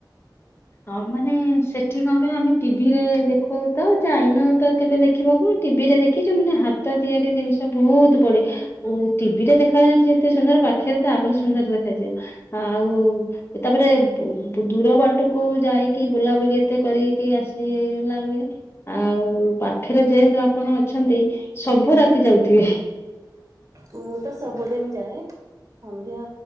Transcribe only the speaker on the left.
ଆଉ ମାନେ ସେଠି କଣ କହିବ ଆମେ ଟିଭିରେ ଦେଖୁ ତ ଯାଇନ ତ କେବେ ଦେଖିବାକୁ ଟିଭିରେ ଦେଖି ଯୋଉମାନେ ହାତ ହାତ ତିଆରି ଜିନିଷ ବହୁତ ପଡ଼େ ଓ ଟିଭିରେ ଦେଖ? ଦେଖାଯାଉଛି ଏତେ ସୁନ୍ଦର ପାଖରେ ତ ଆହୁରି ସୁନ୍ଦର ଦେଖାଯିବ ଆଉ ତାପରେ ବୋ ଦୂର ବାଟକୁ ଯାଇକି ବୁଲାବୁଲି ଏତେ କରିକି ଆସିଲାଣି ଆଉ। ପାଖରେ ଯେହେତୁ ଆପଣ ଅଛନ୍ତିୁ ସବୁ ରାତି ଯାଉଥିବେ